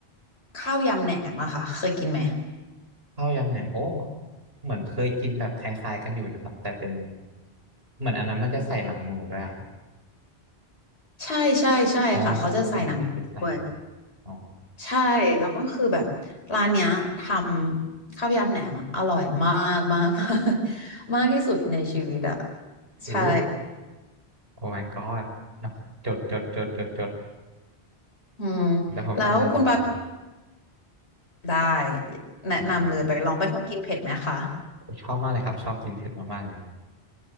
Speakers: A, on the left; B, on the right.
A: ข้าวยำแหนมอะค่ะเคยกินไหม
B: ข้าวยำแหนมโอ้เหมือนเคยกินแบบคล้ายๆกันอยู่นะครับแต่เป็นเหมือนอันนั้นมันจะใส่หนังหมูด้วยอะครับ
A: ใช่ใช่ใช่ค่ะเขาจะใส่หนังด้วย
B: อ๋อปกติคือใส่เนอะอ๋อ
A: ใช่แล้วก็คือแบบร้านเนี้ยทำข้าวยำแหนมอะอร่อยมากมากมากมากที่สุดในชีวิตอ่ะ
B: โอ้
A: ใช่
B: โอ้ my god เนอะจดจดจดจดจด
A: อืม
B: เดี๋ยวผมต้องไปลองนะ
A: แล้วคุณปาได้แนะนำเลยไปลองเป็นคนกินเผ็ดไหมคะ
B: อืมโอ้ชอบมากเลยครับชอบกินเผ็ดมากๆเลย